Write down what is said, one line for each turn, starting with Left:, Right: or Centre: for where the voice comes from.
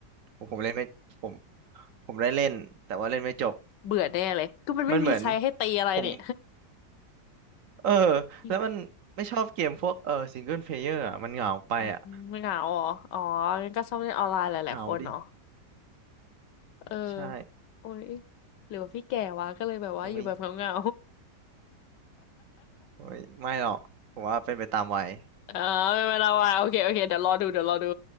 Right: ผมผมเล่นไม่ผมผมได้เล่นแต่ว่าเล่นไม่จบ
Left: เบื่อแน่เลยก็มันไม่มีใครให้ตีอะไรนี่
Right: มันเหมือนผมเออ
Left: <laughs>
Right: แล้วมันไม่ชอบเกมพวกเออซิงเกิลเพลเยอร์อ่ะมันเหงาไปอ่ะ
Left: อืมไม่เหงาเหรออ๋องั้นก็ชอบเล่นออนไลน์หลายๆคนเนาะ
Right: เหงาดิ
Left: เออ
Right: ใช่
Left: โอ้ยหรือว่าพี่แก่วะก็เลยแบบว่าอยู่แบบเหงา
Right: โอ้ย เฮ้ยไม่หรอกผมว่าเป็นไปตามวัย
Left: ๆ <laughs> เออไม่เป็นไรวะโอเคโอเคเดี๋ยวรอดูเดี๋ยวรอดู